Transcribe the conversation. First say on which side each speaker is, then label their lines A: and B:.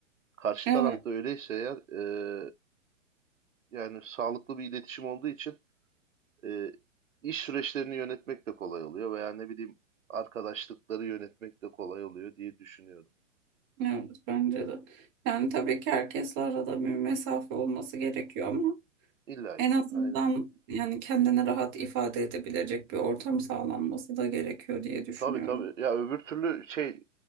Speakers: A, on the right (about 75°); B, on the right (about 15°).
A: karşı
B: Evet,
A: tarafta öyleyse eğer e, yani sağlıklı bir iletişim olduğu için e, iş süreçlerini yönetmek de kolay oluyor veya ne bileyim arkadaşlıkları yönetmek de kolay oluyor diye düşünüyorum.
B: evet bence de. Yani tabii ki herkesle arada bir mesafe olması gerekiyor ama
A: İlla
B: en
A: ki.
B: azından
A: Aynen.
B: yani kendini rahat ifade edebilecek bir ortam sağlanması da gerekiyor diye düşünüyorum.
A: Tabii tabii. Ya öbür türlü şey